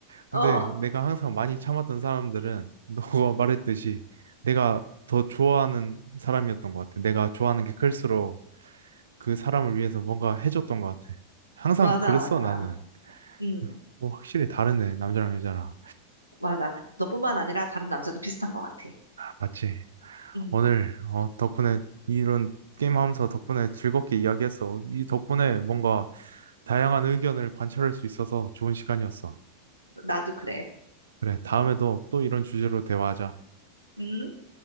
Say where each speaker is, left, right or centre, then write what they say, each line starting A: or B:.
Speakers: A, on the right; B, on the right.
A: 근데
B: 어,
A: 내가 항상 많이 참았던 사람들은 <laughs> 너가 말했듯이 내가 더 좋아하는 사람이었던 것 같아. 내가 좋아하는 게 클수록 그 사람을 위해서 뭔가 해줬던 것 같아. 항상
B: 맞아,
A: 그랬어,
B: 맞아.
A: 나는.
B: 음,
A: <laughs> 뭐 확실히 다르네, 남자랑 여자랑.
B: 맞아. 너뿐만 아니라 다른 남자도 비슷한 것 같아.
A: 맞지?
B: 음,
A: 오늘 어, 덕분에 이런 게임하면서 덕분에 즐겁게 이야기했어. 이 덕분에 뭔가 다양한 의견을 관찰할 수 있어서 좋은 시간이었어.
B: 나도 그래.
A: 그래, 다음에도 또 이런 주제로 대화하자.
B: 음.